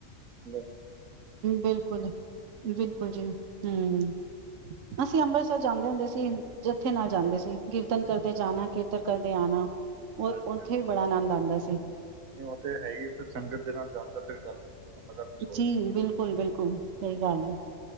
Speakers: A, on the right; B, on the right.
A: <unintelligible>
B: ਬਿਲਕੁਲ ਬਿਲਕੁਲ ਜੀ ਹਮ ਅਸੀਂ ਅੰਮਰਤਸ ਜਾਂਦੇ ਹੁੰਦੇ ਸੀ ਜੱਥੇ ਨਾਲ ਜਾਂਦੇ ਸੀ ਕੀਰਤਨ ਕਰਦੇ
A: ਹਾਂ
B: ਜਾਣਾ ਕੀਰਤਨ ਕਰਦੇ ਆਣਾ
A: ਹਾਂ
B: ਉਹ
A: ਹਾਂਜੀ
B: ਉੱਥੇ
A: ਹਾਂਜੀ।
B: ਵੀ ਬੜਾ ਆਨੰਦ ਆਉਂਦਾ ਸੀ। <inaudible>
A: ਨਹੀਂ ਉਹ ਤੇ ਹੈ ਹੀ ਫਿਰ ਸੰਗਤ ਦੇ ਨਾਲ ਜਾਣ ਦਾ ਫਿਰ ਗੱਲ ਮਜ਼ਾ ਕੁਝ ਹੋਰ
B: ਜੀ
A: ਹੈ
B: ਬਿਲਕੁਲ -ਬਿਲਕੁਲ ਸਹੀ ਗੱਲ
A: ਹਾਂ,
B: ਹੈ।